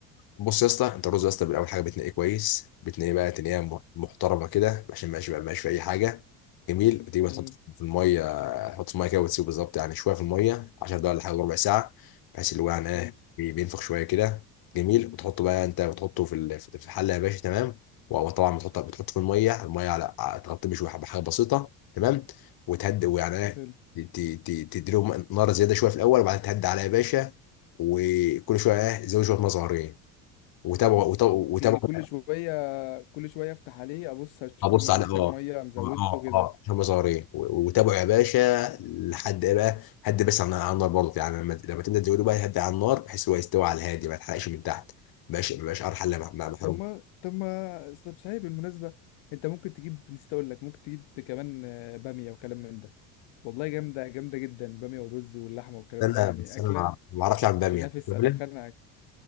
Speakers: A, on the left (about 45°); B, on the left (about 65°).
A: بص يا اسطى انت الرز يا اسطى بالاول حاجه بتنقيه كويس بتنقيه بقى تنقيه مح- محترمه كده عشان ما يبقاش في اي حاجه جميل بتيجي تحط
B: امم
A: في الميه تحط في الميه كده وتسيبه بالظبط يعني شويه في الميه 10 دقايق ولا حاجه ربع ساعه بحيث اللي هو يعني ايه
B: حلو
A: بي- بينفخ شويه كده جميل وتحطه بقى انت بتحطه في ال- في الحله يا باشا تمام وطبعا بتحط بتحطه في الميه الميه على ع- تغطيه بشويه بحاجه بسيطه تمام وتهدي ويعني ايه
B: حلو
A: ت- ت- ت- تديله نار زياده شويه في الاول وبعدين تهدي عليها يا باشا وكل شويه ايه زود شويه ميه صغيرين وتابعوا وتابعوا وتابعوا
B: يعني كل شويه كل شويه افتح عليه ابص اشوف
A: ابص
B: ان هو
A: على
B: محتاج
A: اه
B: ميه مزوده
A: اه
B: كده
A: اه هم صغيرين و- وتابعوا يا باشا لحد ايه بقى هدي بس عن على النار برضه يعني لما لما تنزل تقولوا بقى هدي على النار بحيث هو يستوي على الهادي ما يتحرقش من تحت ما بقاش ما بقاش قرحه الا مع مع- محروم
B: طب ما طب ما طب صحيح بالمناسبه انت ممكن تجيب نسيت اقول لك ممكن تجيب كمان آه، باميه وكلام من ده والله جامده جامده جدا باميه والرز واللحمه والكلام
A: انا
B: ده يعني
A: بس
B: اكله
A: انا ما ما اعرفش اعمل باميه
B: تنافس
A: أنت بتعملها؟
B: اتخنقك